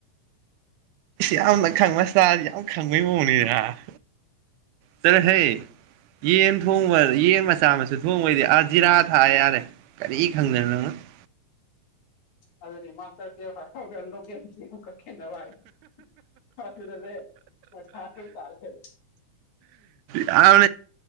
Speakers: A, on the right; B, on the left.
A: ꯌꯥꯝꯅ ꯈꯪꯕ ꯁꯇꯥꯗꯤ ꯌꯥꯝ ꯈꯪꯕꯩ ꯃꯑꯣꯅꯤꯗ ꯆꯂꯦ ꯍꯦ ꯌꯦꯟ ꯊꯣꯡꯕ ꯌꯦꯟ ꯃꯆꯥ ꯃꯁꯨ ꯊꯣꯡꯕꯩꯗꯤ ꯑꯥ ꯖꯤꯔꯥ ꯊꯥꯑ ꯌꯥꯔꯦ ꯀꯔꯤ ꯈꯪꯗꯅꯣ ꯅꯪꯅꯣ <inaudible>
B: ꯑꯗꯨꯗꯅꯤ ꯃꯥꯇꯕ꯭ꯔꯣ ꯀ ꯀꯛꯦ ꯅꯕꯥꯏ ꯐꯗ ꯂꯩꯦ ꯃ ꯊꯥ ꯆꯥꯔꯁ
A: ꯑ